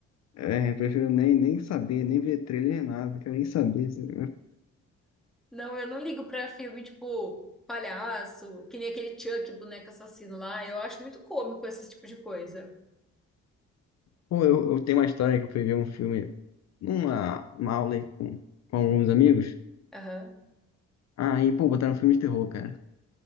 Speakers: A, on the left; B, in the centre.
A: é, eu prefiro nem, nem saber, nem ver trailer, nada, quero nem saber. assim.
B: Não, eu não ligo pra filme tipo palhaço, que nem aquele Chuck, boneco assassino lá. Eu acho muito cômico esse tipo de coisa.
A: Pô, eu, eu tenho uma história que eu fui ver um filme numa uma aula aí com, com alguns amigos.
B: Aham.
A: Aí, pô, botaram um filme de terror, cara.